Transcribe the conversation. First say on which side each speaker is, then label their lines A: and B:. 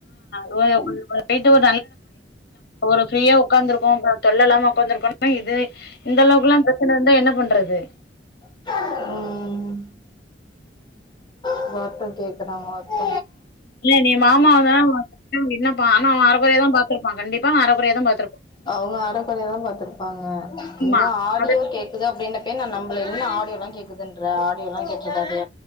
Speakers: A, on the left; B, on the left.
A: அ வட்டு <inaudible> ஒரு ஃப்ரீயா உக்காருக்கு அ தொல்ல இல்லாம உக்காந்துருக்கணும்னா இதுவு இந்தளவுக்குல்லாம் பிரச்சனருந்தா என்ன பண்றது
B: ம் எல்லார்க்கும்‌ கேக்குற மாதிரி
A: இல்ல நீ மாமாவ தா என்னப்பா ஆனா அவெ அரக்குறையா தா பாத்துருப்பா கண்டிப்பா அரக்குறைய தா பாத்துருப்பா
B: அவங்க அரகுறையாதா பாத்துருப்பாங்க
A: ஆமா
B: இந்தா ஆடியோ
A: அது
B: கேக் குது அப்டினப்பயே நம்பல என்ன ஆடியோலா கேக்குதுன்றா ஆடியோலா கேட்றுக்காது